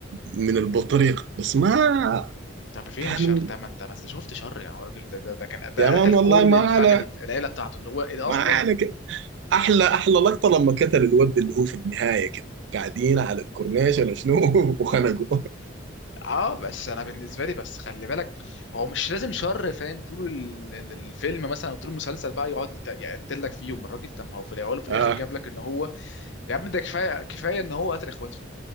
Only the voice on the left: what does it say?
طب فين
الشر طب ما انت بس شفت شر يا راجل ده ده ده كان ده
قتل كل
الفاميلي
العيله بتاعته اللي هو اللي
اصلا
اه بس انا بالنسبه لي بس خلي بالك هو مش لازم شر فاهم طول ال- ال- الفيلم مثلا او طول المسلسل بقى يقعد يت- يقتلك فيهم الراجل طب ما هو في الاول وفي الاخر
جاب لك ان هو يا عم ده كفايه كفايه ان هو قتل اخواته